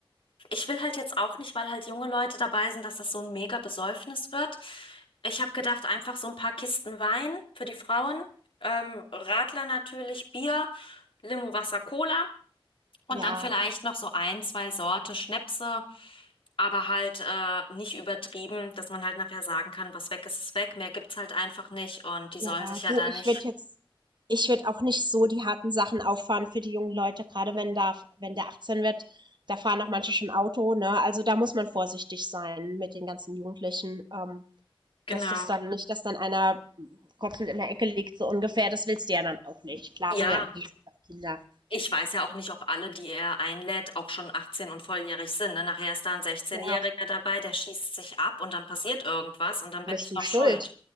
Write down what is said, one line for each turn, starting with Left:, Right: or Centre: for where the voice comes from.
Left: Ich will halt jetzt auch nicht, weil halt junge Leute dabei sind, dass das so ein mega Besäufnis wird. Ich habe gedacht, einfach so ein paar Kisten Wein für die Frauen, ähm, Radler natürlich, Bier, Limo, Wasser, Cola. Und
Right: Ja.
Left: dann vielleicht noch so ein, zwei Sorte Schnäpse, aber halt äh, nicht übertrieben, dass man halt nachher sagen kann, was weg ist, ist weg. Mehr gibt's halt einfach nicht und die sollen
Right: Ja,
Left: sich ja
Right: du,
Left: da
Right: ich
Left: nicht.
Right: würde jetzt ich würde auch nicht so die harten Sachen auffahren für die jungen Leute, gerade wenn da, wenn der 18 wird, da fahren auch manche schon Auto, ne? Also da muss man vorsichtig sein mit den ganzen Jugendlichen, ähm,
Left: Genau.
Right: dass das dann nicht, dass dann einer kotzend in der Ecke liegt, so ungefähr, das willst du ja dann auch nicht. Klar
Left: Ja,
Right: sind ja im Prinzip auch Kinder.
Left: ich weiß ja auch nicht, ob alle, die er einlädt, auch schon 18 und volljährig sind. Ne? Nachher ist da ein 16-Jähriger
Right: Ja,
Left: dabei, der schießt sich ab und dann passiert irgendwas und dann bin ich
Right: du
Left: noch
Right: schuld.
Left: schuld.